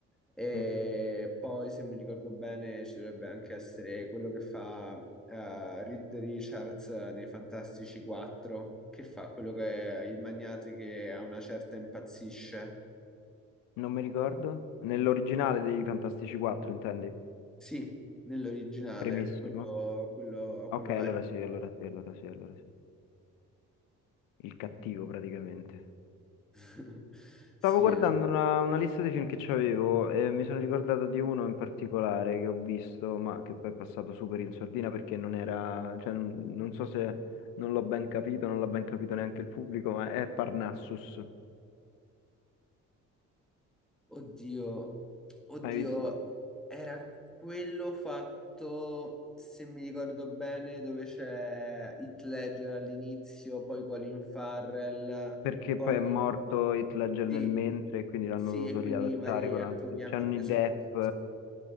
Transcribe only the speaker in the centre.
e
poi, se mi ricordo bene, ci dovrebbe anche essere quello che fa eh, Reed Richards nei Fantastici 4, che fa quello che è il magnate che a una certa impazzisce.
Sì, nell'originale,
quello, quello-
quello
vecchio.
<laughs>
Sì,
Oddio, oddio,
era quello fatto, se mi ricordo bene, dove c'è Heath Ledger all'inizio, poi Colin Farrell,
poi
sì,
sì,
e quindi
vari
attori
hanno
preso
il posto.